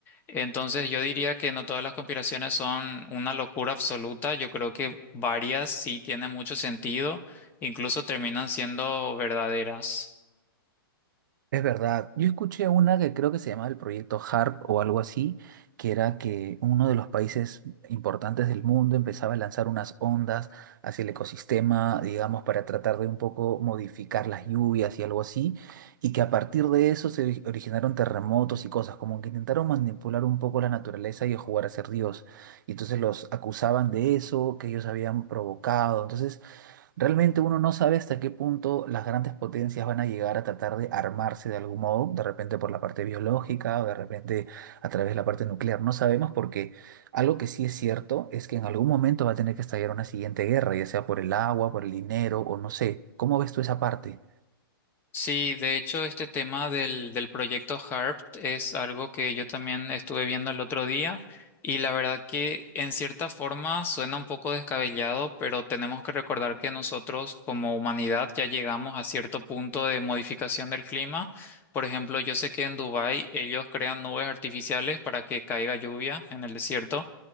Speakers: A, on the left; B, on the right.
A: Entonces yo diría que no todas las conspiraciones son una locura absoluta, yo creo que varias sí tienen mucho sentido, incluso terminan siendo verdaderas.
B: Es verdad, yo escuché una que creo que se llamaba el proyecto HARP o algo así, que era que uno de los países importantes del mundo empezaba a lanzar unas ondas hacia el ecosistema, digamos, para tratar de un poco modificar las lluvias y algo así, y que a partir de eso se ori- originaron terremotos y cosas, como que intentaron manipular un poco la naturaleza y jugar a ser Dios. Y entonces los acusaban de eso, que ellos habían provocado. Entonces... Realmente uno no sabe hasta qué punto las grandes potencias van a llegar a tratar de armarse de algún modo, de repente por la parte biológica o de repente a través de la parte nuclear. No sabemos porque algo que sí es cierto es que en algún momento va a tener que estallar una siguiente guerra, ya sea por el agua, por el dinero o no sé. ¿Cómo ves tú esa parte?
A: Sí, de hecho, este tema del, del proyecto HARP es algo que yo también estuve viendo el otro día y la verdad que en cierta forma suena un poco descabellado, pero tenemos que recordar que nosotros como humanidad ya llegamos a cierto punto de modificación del clima. Por ejemplo, yo sé que en Dubái ellos crean nubes artificiales para que caiga lluvia en el desierto.